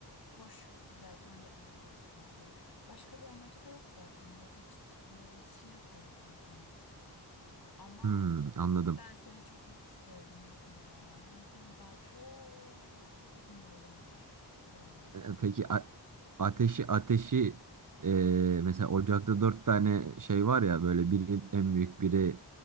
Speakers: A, on the left; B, on the right.
A: Hoş, güzel tane tane olsun diye. Başka bir amacı da yok zaten. Lezzet, lezzet için yapmıyoruz biz bunu. Ama
B: Hmm, anladım.
A: ben seni çok eksik gördüm bu konuda ya. Yani senin daha çok uzun yolun var buralarda.
B: E, Peki a- ateşi ateşi e, mesela ocakta dört tane şey var ya böyle biri en büyük biri